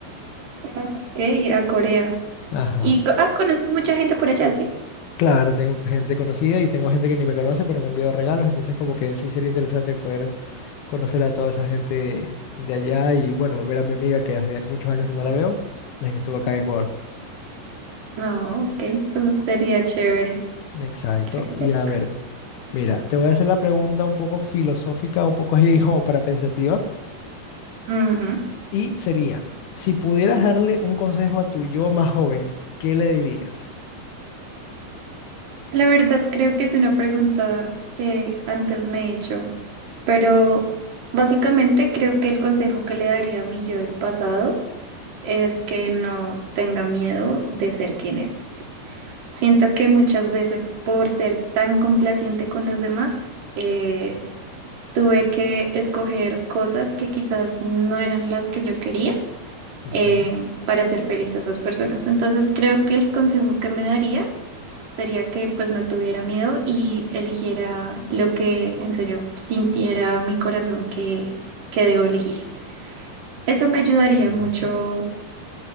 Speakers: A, on the right; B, on the left.
A: No, Ok, a Corea.
B: <laughs> Ajá.
A: Y co- ah, conoces mucha gente por allá, ¿sí?
B: Claro, tengo gente conocida y tengo gente que ni me conoce, pero me ha enviado regalos, entonces como que sí sería interesante poder conocer a toda esa gente de allá y bueno, ver a mi amiga que hace muchos años que no la veo, desde que estuvo acá en Ecuador.
A: No, ok, pues sería chévere.
B: Exacto.
A: Creo que
B: Y
A: te toca.
B: a ver, mira, te voy a hacer la pregunta un poco filosófica, un poco <laughs> así como para pensativa.
A: Ujú.
B: Y sería, si pudieras darle un consejo a tu yo más joven, ¿qué le dirías?
A: La verdad, creo que es una pregunta que antes me he hecho, pero básicamente creo que el consejo que le daría a mi yo del pasado es que no tenga miedo de ser quien es. Siento que muchas veces por ser tan complaciente con los demás, eh, tuve que escoger cosas que quizás no eran las que yo quería
B: Ujú,
A: eh, para hacer feliz a esas personas. Entonces creo que el consejo que me daría sería que pues no tuviera miedo y eligiera lo que en serio sintiera mi corazón que, que debo elegir. Eso me ayudaría
B: ujú.
A: mucho,